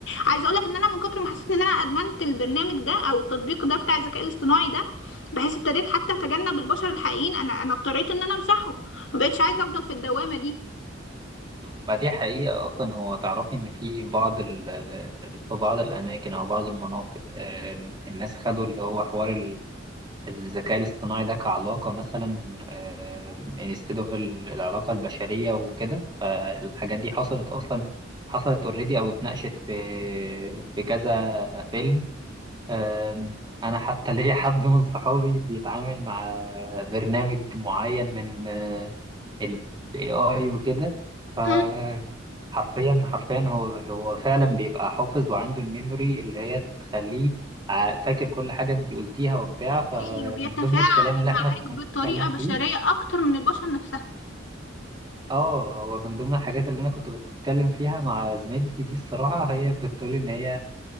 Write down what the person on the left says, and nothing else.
عايزه اقول لك ان انا من كتر ما حسيت ان انا ادمنت البرنامج ده او التطبيق ده بتاع الذكاء الاصطناعي ده بحيث ابتديت حتى اتجنب البشر الحقيقيين انا انا اضطريت ان انا امسحه ما بقتش عايزه افضل في الدوامه دي
مم.
حقيقي وبيتفاعل
معاك
بطريقه
بشريه
اكتر من البشر نفسها